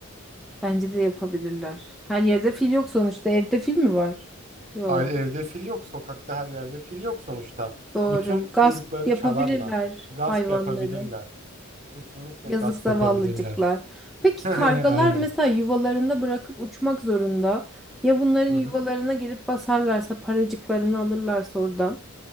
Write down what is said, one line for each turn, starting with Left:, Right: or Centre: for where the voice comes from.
Centre: Bence de yapabilirler. Her yerde fil yok sonuçta. Evde fil mi var? Yok.
Right: Ay, evde fil yok, sokakta her yerde fil yok sonuçta.
Centre: Doğru.
Right: Bütün fındıkları
Centre: Gasp yapabilirler
Right: çalarlar. Gasp
Centre: hayvanları.
Right: yapabilirler. Kesinlikle
Centre: Yazık
Right: gasp
Centre: zavallıcıklar.
Right: yapabilirler. <laughs>
Centre: Peki
Right: Aynen.
Centre: kargalar mesela yuvalarında bırakıp uçmak zorunda. Ya bunların
Right: Hı
Centre: yuvalarına
Right: hı.
Centre: gelip basarlarsa, paracıklarını alırlarsa oradan.